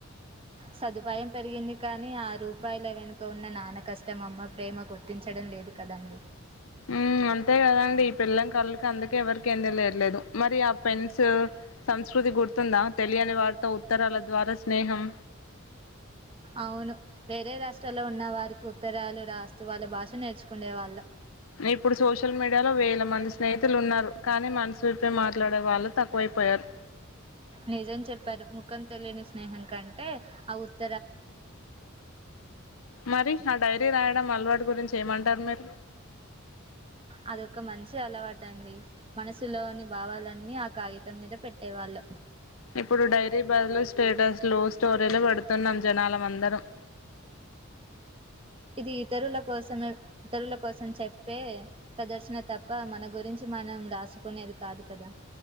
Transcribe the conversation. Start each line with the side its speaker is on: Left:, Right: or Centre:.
Right: సదుపాయం పెరిగింది కానీ ఆ రూపాయల వెనుక ఉన్న నాన్న కష్టం అమ్మ ప్రేమ గుర్తించడం లేదు కదండి
Left: ఉమ్ అంతే కదండి ఈ పిల్లం కళ్ళకి అందుకే ఎవరికి ఏంద లేట్లేదు మరి ఆ పెన్స్స్ సంస్కృతి గుర్తుందా తెలియని వారితో ఉత్తరాల ద్వారా స్నేహం
Right: అవును వేరే రాష్ట్రాల్లో ఉన్న వారికి ఉత్తరాలు రాస్తూ వాళ్ళ భాష నేర్చుకుండే వాళ్ళం
Left: ఇప్పుడు సోషల్ మీడియాలో వేల మంది స్నేహితులు ఉన్నారు కానీ మనసుల్తో మాట్లాడే వాళ్ళు తక్కువైపోయారు
Right: నిజం చెప్పారు ముఖం తెలియని స్నేహం కంటే ఆ ఉత్
Left: మరి ఆ డైరీ రాయడం అలవాటు ట్ గురించి ఏమంటారు మీరు
Right: అదొక మంచి అలవాట అండి మనసులోని భావాలన్నీ ఆ కాగితం మీద పెట్టేవాళ్ళు
Left: ఇప్పుడు డైరీ బదులు స్టేటస్ లు స్టోరీలు పెడుతున్నాం జనాలమందరం
Right: ఇది ఇతరుల కోసమే ఇతరుల కోసం చెప్పే ప్రదర్శన తప్ప మన గురించి మనం రాసుకునేది కాదు కదా